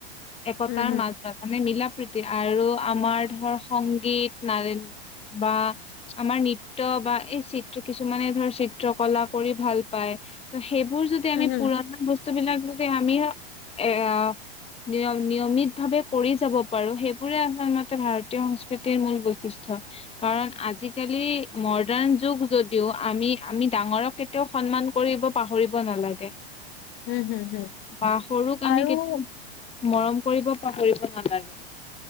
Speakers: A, on the left (about 20°); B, on the left (about 40°).
A: একতাৰ
B: হম
A: মাজত মানে মিলা প্ৰীতি আৰু আমাৰ ধৰ সংগীত নাৰীৰ বা আমাৰ নৃত্য বা এই- চিত্ৰি কিছুমানে ধৰ চিত্ৰকলা কৰি ভাল পায়, ত সেইবোৰ যদি
B: হম
A: আমি
B: হম হম
A: পুৰণা বস্ত- বস্তুবিলাক যদি আমি এয়া- নিয়ম নিয়মিতভাৱে কৰি যাব পাৰো সেইবোৰে আচলতে ভাৰতীয় সংস্কৃতিৰ মূল বৈশিষ্ট্য। কাৰণ আজিকালি মডাৰ্ণ- যুগ যদিও আমি আমি ডাঙৰক কেতিয়াও সন্মান কৰিব পাহৰিব নালাগে।
B: হম হম হম
A: বা সৰুক আমি
B: আৰু
A: কেত- মৰম কৰিব পাহৰিব নালাগে।